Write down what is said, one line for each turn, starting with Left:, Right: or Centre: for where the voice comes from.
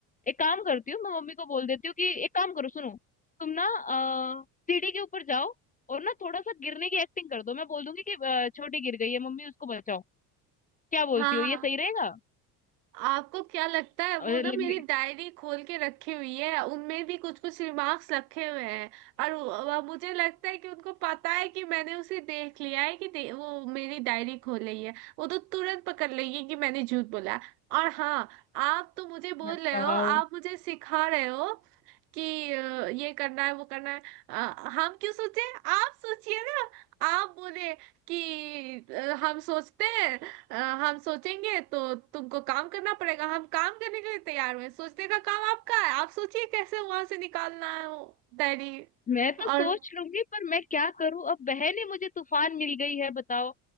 Left: एक काम करती हूँ मैं मम्मी को बोल देती हूँ कि एक काम करो सुनो तुम ना अ, सीढ़ी के ऊपर जाओ और ना थोड़ा सा गिरने की एक्टिंग कर दो मैं बोल दूंगी कि अ, छोटी गिर गई है मम्मी उसको बचाओ क्या बोलती
Right: हाँ
Left: हो ये सही रहेगा
Right: आपको क्या लगता है
Left: और
Right: वो ना
Left: लगने
Right: मेरी डायरी खोल के रखी हुई है उनमें भी कुछ कुछ रिमार्क्स रखे हुए हैं और वो- मुझे लगता है कि उनको पता है कि मैंने उसे देख लिया है कि दे, वो मेरी डायरी खोल रही है वो तो तुरंत पकड़ लेगी कि मैंने झूठ बोला और हाँ आप तो मुझे बोल
Left: बताओ
Right: रहे हो आप मुझे सिखा रहे हो कि अ, ये करना है वो करना है अ, हम क्यों सोचे आप सोचिए ना आप बोले कि अ, हम सोचते हैं अ, हम सोचेंगे तो तुमको काम करना पड़ेगा हम काम करने के लिए तैयार हुए सोचने का काम आपका है आप सोचिए कैसे वहां से निकालना है वो डायरी
Left: मैं तो
Right: और
Left: सोच लूंगी पर मैं क्या करूं अब बहन ही मुझे तूफान मिल गई है बताओ